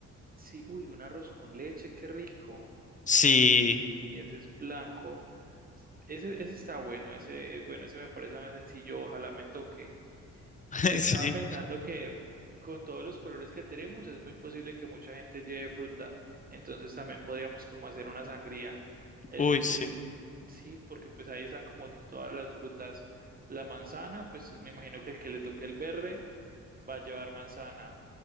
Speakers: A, on the right; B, on the left.
A: sí, uy, un arroz con leche, qué rico,
B: sí,
A: y ese es blanco, ese, ese está bueno, ese, eh, bueno, ese me parece más sencillo, ojalá me toque.
B: <laughs>
A: Pues,
B: sí,
A: Estaba pensando que con todos los colores que tenemos es muy posible que mucha gente lleve fruta. Entonces también podríamos como hacer una sangría. El,
B: uy, sí.
A: el- sí, porque pues ahí están como todas las frutas. La manzana, pues me imagino que el que le toque el verde va a llevar manzana.